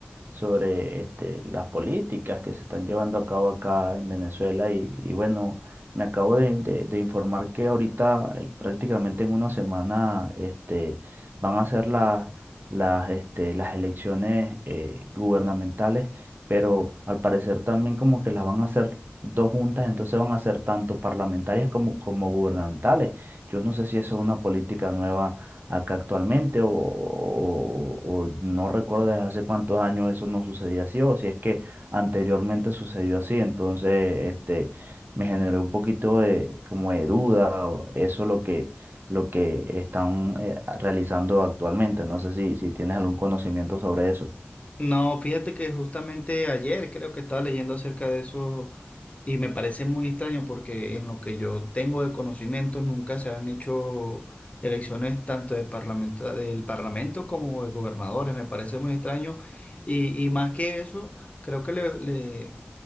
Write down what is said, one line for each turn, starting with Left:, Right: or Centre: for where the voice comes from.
Right: sobre este, las políticas que se están llevando a cabo acá en Venezuela y, y bueno, me acabo de, de- de informar que ahorita eh, prácticamente en una semana este, van a ser las, las, este, las elecciones eh, gubernamentales, pero al parecer también como que las van a hacer dos juntas, entonces van a ser tanto parlamentarias como, como gubernamentales. Yo no sé si eso es una política nueva acá actualmente o, o- o no recuerdo desde hace cuántos años eso no sucedía así o si es que anteriormente sucedió así, entonces este me generó un poquito de como de duda o eso lo que lo que están eh, realizando actualmente, no sé si si tienes algún conocimiento sobre eso.
Left: No, fíjate que justamente ayer creo que estaba leyendo acerca de eso y me parece muy extraño porque en lo que yo tengo de conocimiento nunca se han hecho elecciones tanto de parlamenta- del Parlamento como de gobernadores, me parece muy extraño y, y más que eso, creo que le, le-